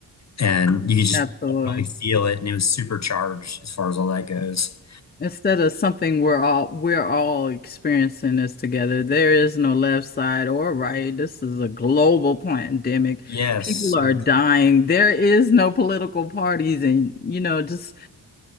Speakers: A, on the left; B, on the left.
A: And you could just
B: Absolutely.
A: definitely feel it, and it was supercharged as far as all that goes.
B: Instead of something we're all we're all experiencing this together. There is no left side or right. This is a global pandemic.
A: Yes.
B: People are
A: Yeah.
B: dying. There is no political parties and you know just